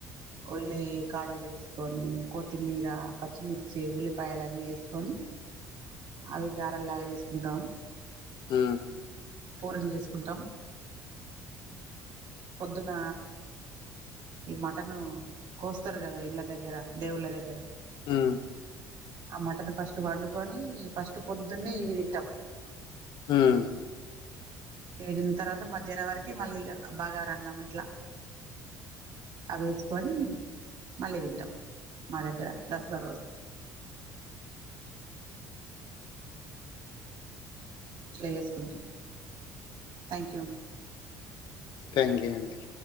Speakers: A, on the right; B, on the left.
A: ఉల్లి కాడలు వేసుకొని కొత్తిమీర పచ్చిమిర్చి ఉల్లిపాయలు అన్నీ వేసుకొని అవి గారలాగా చేసుకుంటాం
B: ఆ
A: పూరీలు చేసుకుంటాం పొద్దున ఈ మటను కోస్తారు కదా ఇళ్ళ దగ్గర దేవుళ్ళ దగ్గర
B: ఉమ్
A: ఆ మటన్ ఫస్ట్ వండుకొని ఫస్ట్ పొద్దున్న ఇవి తింటాం
B: ఉమ్
A: తెగిన తర్వాత మధ్యాహ్నం వరకి మళ్ళీ బాగా రన్నాం ఇట్లా అవి వేస్ కని మళ్ళీ తింటాం మా దగ్గర దసరా రోజు ఎట్ల చేసుకుంటాం థ్యాంక్ యూ
B: థ్యాంక్ యూ అండి